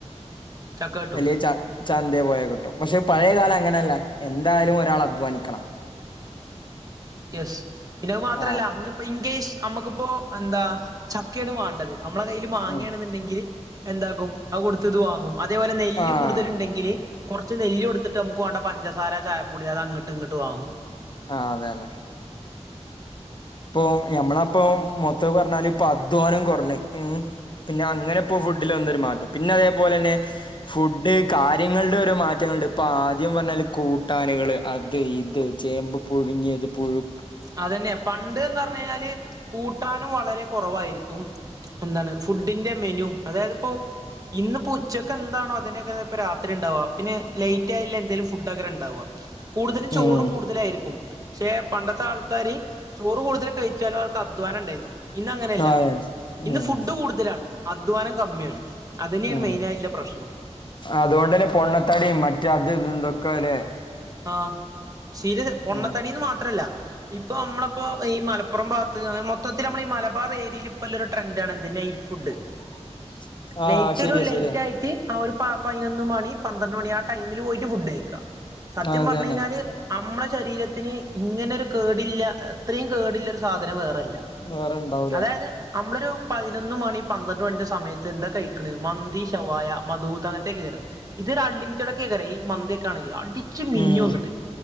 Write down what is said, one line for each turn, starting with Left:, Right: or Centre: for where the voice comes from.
Right: ചക്ക കി
Left: അല്ലെ ച ചന്തേ പോയാ കിട്ടും. പക്ഷെ പഴയകാലം
Right: ഉം
Left: അങ്ങനല്ല എന്തായാലും ഒരാൾ അധ്വാനിക്കണം.
Right: യെസ്. പിന്നെ അത് മാത്രല്ല
Left: ആഹ്
Right: ഇന്ന് പ്പ ഇൻകേസ് നമ്മക്കിപ്പോ എന്താ ചക്കേണ് വാണ്ടത്. നമ്മളെ കയ്യിൽ മാങ്ങേണ്
Left: ഉം
Right: ന്നുണ്ടെങ്കിൽ എന്താക്കും അത് കൊടുത്തിത് വാങ്ങും. അതേപോലെ നെല്ല്
Left: ആഹ്
Right: കൂടുതല് ഇണ്ടെങ്കില് കുറച്ച് <unintelligible> എടുത്തിട്ട് നമുക്ക് വേണ്ട പഞ്ചസാര ചായപ്പൊടി അത് അങ്ങട്ട് ഇങ്ങട്ട് വാങ്ങും
Left: ആഹ് അതെന്നെ ഇപ്പൊ ഞമ്മളപ്പൊ മൊത്തം പറഞ്ഞാല ഇപ്പൊ അധ്വാനം കുറഞ്ഞ ഉം പിന്നെ അങ്ങനെ പ്പോ ഫുഡിൽ വന്നൊരു മാറ്റം പിന്നെ അതേപോലെ തന്നെ ഫുഡ് കാര്യങ്ങളുടെ ഓരോ മാറ്റങ്ങുണ്ട് ഇപ്പൊ ആദ്യം പറഞ്ഞാല് കൂട്ടാനകള് അത് ഇത് ചേമ്പ് പുഴുങ്ങിയത് പുഴു
Right: അതന്നെ പണ്ട്ന്ന് പറഞ് കഴിഞ്ഞാല് കൂട്ടാനും വളരെ കുറവായിരിക്കും എന്താണ് ഫുഡിന്റെ മെനു അതായത് ഇപ്പോ ഇന്ന് ഇപ്പോ ഉച്ചയ്ക്ക് എന്താണോ അതിനങ്ങനെ ഇപ്പൊ രാത്രി ഉണ്ടാവാം പിന്നെ ലേറ്റ് ആയില്ല എന്തെലും ഫുഡ് അങ്ങനെ ഉണ്ടാവാ കൂടുതലും ചോറ്
Left: ഉം
Right: കൂടുതലായിരിക്കും പക്ഷെ പണ്ടത്തെ ആൾക്ക ആൾക്കാർ ചോറ് കൂടുതൽ കഴിച്ചാലും അവർക്ക് അധ്വാനം ഉണ്ടായിരുന്നു. ഇന്നങ്ങനെയല്ല
Left: അതെ
Right: ഇന്ന്
Left: ഉം
Right: ഫുഡ്
Left: ഉം
Right: കൂടുതലാണ് അധ്വാനം കമ്മിയാണ്. അത് തന്നെയാണ്
Left: ഉം
Right: മെയിൻ ആയിട്ടുള്ള പ്രശ്നം
Left: അതുകൊണ്ട് തന്നെ പൊണ്ണത്തടിയും മറ്റേ അത് ഇത് എന്തൊക്കെ അല്ലേ
Right: ആഹ് ശീര് പൊണ്ണത്തടിന്ന്
Left: ഉം
Right: മാത്രമല്ല ഇപ്പൊ നമ്മളിപ്പോ ഈ മലപ്പുറം ഭാഗത്ത് മൊത്തത്തിൽ നമ്മൾ മലബാർ ഏരിയൽ ഇപ്പല്ല ഒരു ട്രെൻഡ് ആണിത് നൈറ്റ് ഫുഡ്
Left: <inaudible> ആഹ്
Right: നൈറ്റ്
Left: ശരിയാ
Right: ഒരു ലൈറ്റ്
Left: ശരിയാ
Right: ആയിട്ട് ആഹ് ഒരു പതിനൊന്ന് മണി പന്ത്രണ്ട് മണി ആഹ് ടൈമിൽ പോയിട്ട് ഫുഡ് കഴിക്കാം സത്യം
Left: അതന്നെ
Right: പറഞ്ഞു കഴിഞ്ഞാൽ നമ്മളെശരീരത്തിന് ഇങ്ങനെ ഒരു കേടില്ല അത്രയും കേടില്ല ഒരു സാധനം വേറെയില്ല
Left: വേറെ ഇണ്ടാവൂല
Right: അതായത് നമ്മളൊരു പതിനൊന്ന് മണി പന്ത്രണ്ട് മണിന്റെ സമയത്ത് ഇത് എന്താ കഴിക്കണ് മന്തി ശവായ മധൂത്ത് അങ്ങനത്തക്കെ കേട്ടിട്ടുണ്ട് ഇത് ഒരു അൺലിമിറ്റഡ് ഒക്കെ കറി ഈ മന്തി ആണെങ്കിൽ അടിച്ച് മിന്നും
Left: ഉം
Right: അങ്ങിട്ട്